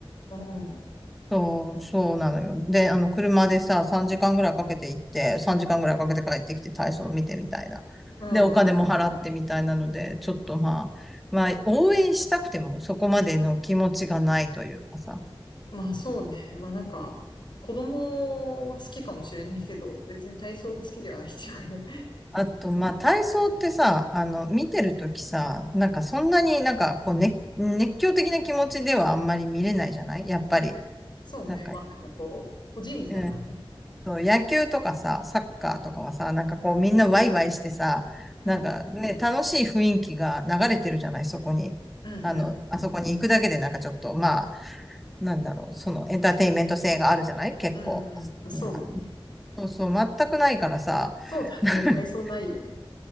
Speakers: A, on the left; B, in the centre.
A: うん、うん、
B: そう、そうなのよ。で、あの、車でさ、3時間ぐらいかけて行って、3時間ぐらいかけて帰ってきて体操見てみたいな。
A: うんうん。
B: で、お金も払ってみたいなので、ちょっとまあ、まあ、応援したくてもそこまでの気持ちがないというかさ。
A: まあそうね。まあなんか、子供は好きかもしれないけど、別に体操が好きではないっていうかね。
B: あと、まあ、体操ってさ、あの、見てるときさ、なんかそんなになんかこう、ね、熱狂的な気持ちではあんまり見れないじゃないやっぱり。
A: <laughs> そうね。
B: なんか、
A: まあなんかこう、個人技だからね。
B: うんその野球とかさ、サッカーとかはさ、なんかこうみんなワイワイしてさ、
A: うん。
B: なんかね、楽しい雰囲気が流れてるじゃない、そこに。
A: うんうん。
B: あの、あそこに行くだけでなんかちょっと、まあ、なんだろう、そのエンターテインメント性があるじゃない結構。
A: うんうん。
B: あそこには
A: そうだね。
B: そうそう、全くないからさ。
A: そうだね。
B: <laughs>
A: 体操ないよね。